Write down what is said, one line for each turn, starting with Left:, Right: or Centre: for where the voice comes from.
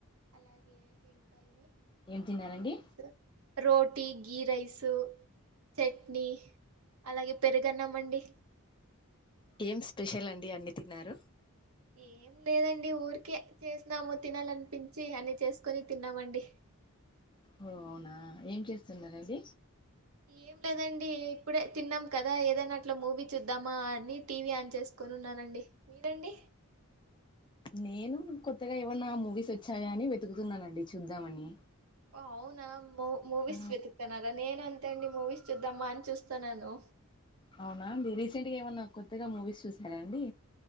Right: అలాగే ఇంకా ఏమి
Left: ఏం
Right: ఆ
Left: తిన్నారండి
Right: గీ రైస్ రోటీ గీ రైసు చెట్నీ అలాగే పెరుగన్నం అండి
Left: ఎమ్ స్పెషల్ అండి అన్ని తిన్నారు
Right: ఎమ్ లేదండి ఊరికే చేసినాము తినాలనిపించి అన్ని చేసుకొని తిన్నామండి.
Left: ఓ అవునా ఏం చేస్తున్నారండి
Right: ఎమ్ లేదండి ఇప్పుడే తిన్నాం కదా ఏదైనా అట్ల మూవీ చూద్దామా అని టీవీ ఆన్ చేసుకొన్ ఉన్నానండి మీరండి
Left: నేను కొత్తగా ఏమన్నా మూవీస్ వచ్చాయా అని వెతుకుతున్నానండి చూద్దామని.
Right: ఓ అవునా మూ మూవీస్
Left: ఆ,
Right: వెతుకుతన్నారా నేను అంతే అండి మూవీస్ చూద్దామా అని చూస్తాన్నాను.
Left: అవునా అండి రీసెంట్ గా ఏమన్నా కొత్తగా మూవీస్ చూసారాండి.